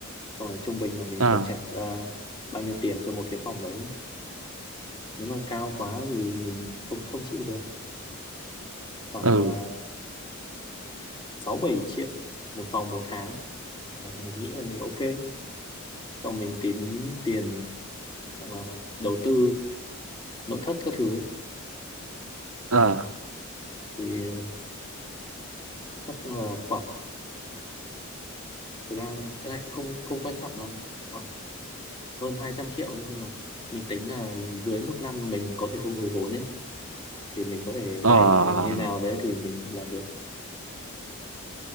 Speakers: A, on the left; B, on the right.
A: xong rồi trung bình là mình
B: à,
A: phải trả ra bao nhiêu tiền cho một cái phòng đấy nếu mà cao quá thì mình không không chịu được khoảng
B: ừ,
A: uh, sáu bảy triệu một phòng một tháng À, mình nghĩ là mình ok Xong mình tính tiền ờ, đầu tư nội thất các thứ
B: ờ,
A: thì chắc là khoảng thực ra cái này cũng không không quan trọng lắm khoảng hơn hai trăm triệu nhưng mà mình tính là dưới một năm mình có thể thu hồi vốn ấy thì mình có thể
B: ờ,
A: vay như nào đấy thì mình làm được